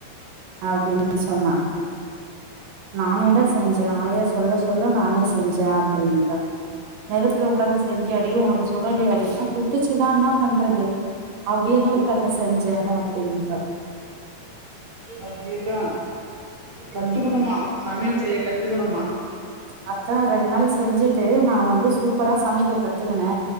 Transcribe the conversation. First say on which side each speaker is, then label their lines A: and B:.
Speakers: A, on the right (about 85°); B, on the right (about 25°).
A: அப்டின் சொன்னா நானே தா செஞ்சே ஆயா சொல்ல சொல்ல நானே செஞ்சே அப்டின்றா நெருப்புல உக்காந்து செஞ்சியாடி உனக்கு சுடலியாடின்னா சுட்டுச்சு தா என்னா பண்றது அப்டியேதா உக்காந்து செஞ்சே அப்டீன்றா
B: அப்டி தா கத்துக்கணுமா
A: ம்
B: சமையல் செய்ய கத்துக்கணுமா
A: அதா ரெண் நாள் செஞ்சுட்டு நா வந்து சூப்பரா சமைக்க கத்துகினே